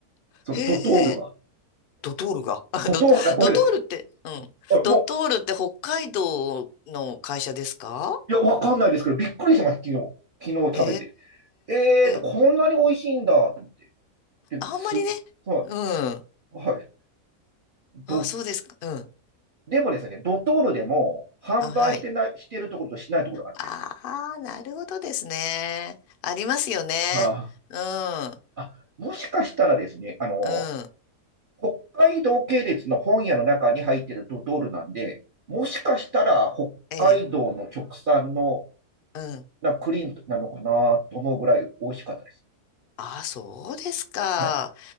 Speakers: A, on the right; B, on the left.
A: そのドトールが。
B: へえ、ドトールが。<laughs> あド、
A: ドトールが、ごめんなさい。
B: ドトールって、うん。
A: あも
B: ドトールって北海道の会社ですか
A: いや、わかんないですけど、びっくりしました、昨日。昨日食べて。
B: へ
A: えーと、こんなに美味しいんだと思っ
B: え、
A: て、
B: あんまりね。
A: す、は
B: うん。
A: い、はい。ど、
B: あ、そうですか。うん。
A: でもですね、ドトールでも販売してない、
B: あ、はい。
A: してるところとしてないところがあるんですよ。
B: ああ、なるほどですね。ありますよね。
A: は
B: うん、う
A: ああ、もしかしたらですね、あの、
B: ん、
A: 北海道系列の本屋の中に入ってるドトールなんで、もしかしたら北海道の直産の
B: ええ、うん。
A: なクリームなのかなと思うぐらい美味しいかったです。
B: ああ、そうですか。
A: はい。